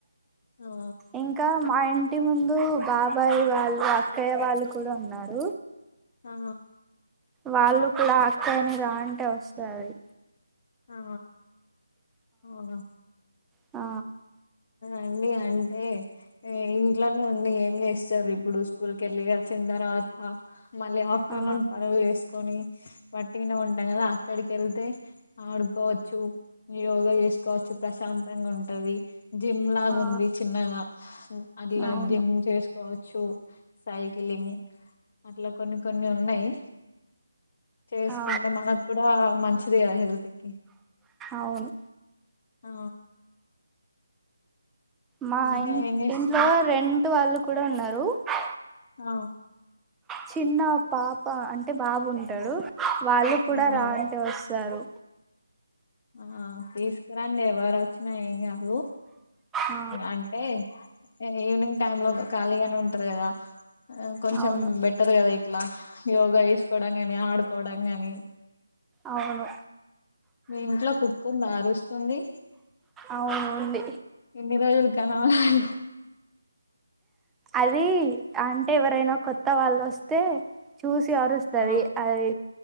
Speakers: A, on the left; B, in the centre.
A: ఆ
B: ఇంకా మా ఇంటి ముందు బాబాయి వాళ్ళు, అక్కయ్య వాళ్ళు కూడా ఉన్నారు.
A: ఆ
B: వాళ్ళు కూడా అక్క అని రా అంటే వస్తాది.
A: ఆ అవును
B: ఆ
A: అండి అంటే ఇంట్లోనే ఉండి ఏం చేస్తారు. ఇప్పుడు స్కూల్కి వెళ్ళి వచ్చిన తర్వాత. మళ్ళీ ఆఫ్టర్నూన్
B: ఆ
A: పనులు చేస్ కొని వట్టిగనే ఉంటాం కదా అక్కడికి వెళ్తే ఆడుకోవచ్చు. యోగా చేసుకోవచ్చు. ప్రశాంతంగా ఉంటది. జిమ్ లాగా
B: ఆ
A: ఉంది చిన్నగా అట్లా
B: అవును
A: జిమ్ చేసు కోచు సైకిలింగ్ అట్లా కొన్ని కొన్ని ఉన్నయ్ చేసుకుంటే
B: ఆ
A: మనకు కూడా మంచిది కదా హెల్త్ కి
B: అవును
A: ఆ
B: మా
A: ఇంకా
B: ఇం
A: ఏం చేస్తున్నా
B: ఇంట్లో రెంటు వాళ్ళు కూడా ఉన్నారు. హలో
A: అ
B: చిన్న పాప అంటే బాబు ఉంటడు వాళ్ళు కూడ
A: ఆ
B: రా
A: ఆ
B: అంటే వస్తారు
A: ఆ తీసుకరాండి ఎవరో వచ్చిన ఏం కాదు
B: ఆ
A: అంటే ఈవినింగ్ టై లో ఖాళీగ ఉంటరు గదా ఆ కొంచెం
B: అవును
A: బెటర్ గదా ఇట్లా యోగా ఎ సుకోవడాని మెబి ఆడుకోవడం గాని
B: అవును
A: మీ ఇంట్లో కుక్క ఉందా అరుస్తుంది
B: అవును ఉంది
A: ఇన్ని రోజులు కనబడలేదు
B: అది అంటే ఎవరైనా కొత్త వాళ్ళు వస్తే చూసి ఆరుస్తది
A: ఆ
B: అది